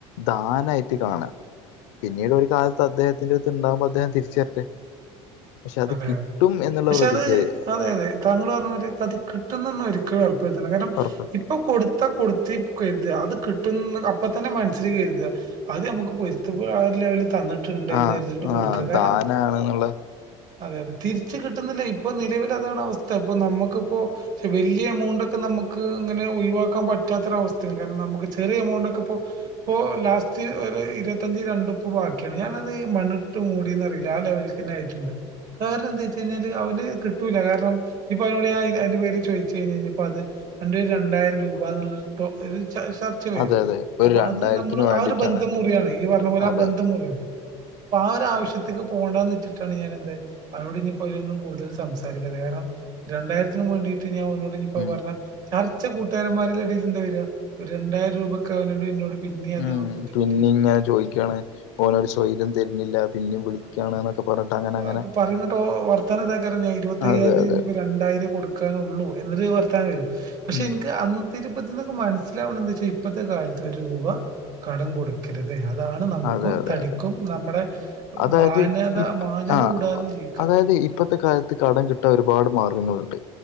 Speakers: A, on the left (about 80°); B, on the right (about 70°).
A: ദാന ആയിട്ട് കാണാ പിന്നീട് ഒരു കാലത്ത് അദ്ദേഹത്തിന്റെ അടുത്ത് ഉണ്ടാവുമ്പോ അദ്ദേഹം തിരിച്ചരട്ടെ പക്ഷെ അത്
B: അതെ
A: കിട്ടും
B: അതെ
A: എന്നുള്ള
B: പക്ഷെ
A: പ്രതീക്ഷയായി
B: അത് അതെ അതെ താങ്കൾ പറഞ്ഞ പോലെ അത് കിട്ടുന്നന്നും ഒരിക്കലും ഉറപ്പ് വരുത്തണ്ട കാരണം
A: ഉറപ്പ്
B: ഇ ഇപ്പൊ കൊടുത്താ കൊടുത്തി കരുത അത് കിട്ടുന്ന അപ്പൊ തന്നെ മനസ്സില് കരുത അത് നമുക്ക് പൊരുത്ത ആ ഒരു ലെവലിൽ തന്നിട്ടുണ്ട്
A: ആഹ്
B: എന്ന് കരുതിട്ട്
A: ആഹ്
B: കൊടുക്ക കാരണം
A: ദാനാണെന്നുള്ള
B: അതെ അതെ തിരിച്ച കിട്ടുന്നില്ല ഇപ്പൊ നിലവില് അതാണ് അവസ്ഥ ഇപ്പൊ നമ്മുക്കിപ്പോ പക്ഷെ വലിയ എമൗണ്ട്ക്കെ നമുക്ക് ഇങ്ങനെ ഒഴിവാക്കാൻ പറ്റാത്തൊരവസ്ഥയാണ് കാരണം നമുക്ക് ചെറിയ എമൗണ്ട് ഒക്കെ ഇപ്പോ ഇപ്പോ ലാസ്റ്റ് ഒരു ഇരുപത്തഞ്ച് രണ്ടുപ്പ ബാക്കിയാണ് ഞാനത് മണ്ണിട്ട് മൂടന്ന്റിയിലേ ആ ലെവലിൽ ക്കന്നെ ആയിട്ട്ണ്ട് കാരണം എന്താ വെച്ച് കഴിഞ്ഞാല് അവന് കിട്ടൂല്ല കാരണം ഇപ്പ അവതിനോട് അയിന്റെ പേര് ചോയിച്ചഴിഞ്ഞാ കഴിഞ്ഞപ്പ അത് അന്റെ ഒരു രണ്ടായിരം രൂപ എന്നുള്ള പ്പ ഒര് ച ശ ചവരും
A: അതെ അതെ ഒരു
B: അപ്പൊ
A: രണ്ടായിരത്തിന്
B: അത് നമ്മള്
A: വേണ്ടിട്ടാണ്
B: ആ ഒരു ബന്ധം മുറിയാണ് യ് പറഞ്ഞ പോലെ
A: അതെ
B: ആ ബന്ധം
A: അതെ
B: മുറിയാണ് പ്പാ ആ ഒരു ആവശ്യത്തേക്ക് പോകണ്ടന്ന് വെച്ചിട്ടാണ് ഞാന എന്ത്‌ അവനോട് ഇനി പലൊന്നും കൂടുതൽ സംസാരിക്കണ്ട കാരണം ഒരു രണ്ടായിരത്തിന് വേണ്ടിട്ട് ഞാൻ അവനോട്
A: ഉം
B: പറഞ്ഞ ചർച്ച കൂട്ടുകാരന്മാരിൽ ഇടയിൽന്താ വരിക ഒരു രണ്ടായിരം രൂപക്കെ അവനോട് പിന്നെ അത്
A: ഉം
B: ബുദ്ധിമുട്ടിച്ചു
A: പിന്നെ ഇങ്ങനെ ചോദിക്കാണ് ഓനൊരു സ്വൈര്യം തരുന്നില്ല പിന്നെയും
B: ആ
A: വിളിക്കാണ്
B: അതെ അതെ
A: എന്നൊക്കെ
B: അതെ
A: പറഞ്ഞിട്ട് അങ്ങനെ അങ്ങനെ
B: അപ്പൊ പറയനുണ്ട് വർത്താനം എന്താക്കഞ്ഞാൽ ഇരുപത്തയ്യായിരം
A: അതെ അതെ
B: ഇനിപ്പോൾ
A: അതെ
B: രണ്ടായിരം കൊടുക്കാനുള്ളൂ എന്നൊരു വർത്താനം വരും പക്ഷെ
A: ഉം
B: എനിക്ക് അന്ന്രുപ്പത്തി നിക്കക്ക് മനസ്സിലാവണം എന്ത വെച്ചാൽ ഇപ്പഴത്തെ കാലത്ത് ഒരു രൂപ കടം കൊടുക്കും രുത് അതാണ് നമുക്കും
A: അതെ അതെ
B: തടിക്കും
A: അതെ
B: നമ്മുടെ
A: അതായത്
B: മാന്യത
A: ഇപ്പ
B: മാന്യത
A: ആഹ്
B: കൂടാതെ ജീവിക്കാൻ
A: അതായത് ഇപ്പോഴത്തെ
B: അതെ
A: കാലത്ത് കടം കിട്ടാൻ ഒരുപാട് മാർഗ്ഗങ്ങളുണ്ട്